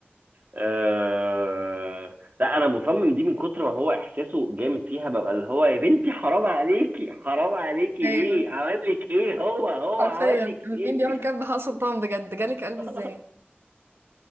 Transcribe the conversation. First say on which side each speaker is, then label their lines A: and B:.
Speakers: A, on the right; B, on the right.
A: أه... لا انا مصمم دي من كتر ما هو احساسه جامد فيها ببقى اللي هو يا بنتي حرام عليكي حرام عليكي
B: ايوه
A: ليه عمل لك ايه هو هو
B: حرفيا
A: عمل لك ايه
B: مين بيعمل كده بهاء سلطان بجد جالك قلب
A: <laughs>
B: ازاي